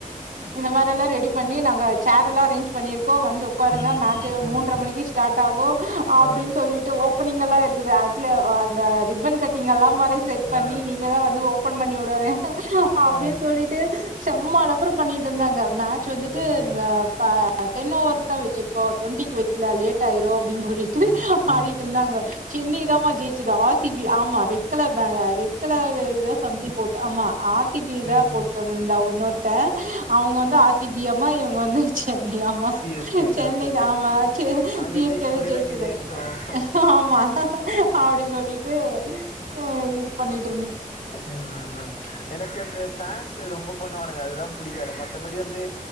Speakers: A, on the right (about 85°); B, on the left (about 80°).
A: இந்த மாரில்லா ரெடி பண்ணி நாங்க சேர இது எல்லா அரேஞ் பண்ணிருக்கோ வந்து ஓக்காருங்க
B: ம்
A: மேட்ச்
B: ம்
A: மூன்ரை மணிக்கு ஸடர்ட் ஆகு அப்டின்
B: ஆ
A: சொல்லிட்டு ஓப் ங்க லா இருக்குது அஜி அ அ அந்த ரிப்பன கட்டிங் எல்லா மறை செட் பண்ணி
B: ஆ
A: நீங்கதா வந்து ஓ பண்ணி விடுவாங்க அப்டின்னு
B: ஆ
A: சொல்லிட்டு செம்ம அலப்பற பண்ணிட்டு இருந்தாங்க மேட்ச் வந்துட்டு
B: ஓகே
A: இந்த பா டென் ஓவருஸ்சா வச்சு ஓ டுவெண்டிக்கு வைக்கல லேட் ஆயிரு அப்டின் சொல்லிட்டு
B: ம் ம்
A: அப்டின் இருந்தாங்க
B: ம்
A: சென்னைதாமா
B: ஓகே
A: ஜெயிச்சுதா சி பி ஆமா ரெட் கலர் ரெட் கலர் எதோ சம்திங் போட்டு ஆமா ஆர்ஸ் சி பி தா
B: ம்
A: போட்டு வந்தா ஒன்னொருத்த அவங்க வந்து ஆர் சி பியாமா இவங் இவங்க வந்து சென்னை ஆமா
B: C S K
A: Chennai
B: okay ஓகே
A: தா ஆமாச்சு
B: அங்க
A: இயற்கையாவோ
B: ஜெயிக்க முடியல
A: ஜெயிச்சது
B: இங்க ஜெயிச்சிட்டோ
A: ஆமா அப்டின் சொல்லி ட்டு அ இது பண்ணிட்
B: ம் ம் ம் எனக்கந்த ஃபேன்ஸ் இதுல ரொம்ப பண்ணுவானுங்க அதுதா புடிக்காது மத்தபடி வந்து